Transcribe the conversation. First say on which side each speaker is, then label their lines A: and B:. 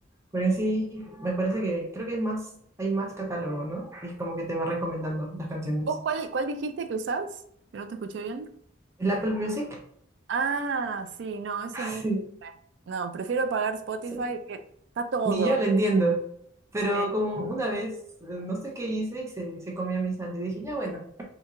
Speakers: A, on the right; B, on the right.
A: Porque sí, me parece que creo que es más, hay más catálogo, ¿no? Y es como que te va recomendando las canciones.
B: ¿Vos cuál, cuál dijiste que usás? Que no te escuché bien.
A: ¿El Apple Music?
B: Ah, sí, no, ese
A: <laughs>
B: nunca
A: Sí,
B: lo usé. No, prefiero pagar Spotify,
A: sí.
B: que está todo.
A: Ni yo lo entiendo. Pero
B: Eh,
A: como una vez, eh, no sé qué hice y se, se comió mi sal, y dije, ya bueno.